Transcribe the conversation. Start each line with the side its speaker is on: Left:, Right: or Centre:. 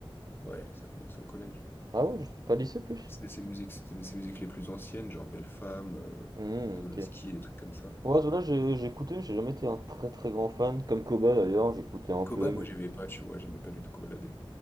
Left: Ouais, ça commençait au collège.
Right: Ah ouais, je- pas lycée plus?
Left: C'était ses musiques, c'était ses musiques les plus anciennes, genre Belle Femme, euh,
Right: Hmm,
Left: Zolaski,
Right: ok.
Left: les trucs comme ça.
Right: Ouais, Zola, j'ai j'ai écouté, mais j'ai jamais été un très très grand fan. Comme Koba d'ailleurs, j'écoutais un peu,
Left: Koba, moi
Right: mais.
Left: j'aimais pas, tu vois, j'aimais pas du tout Kobalade.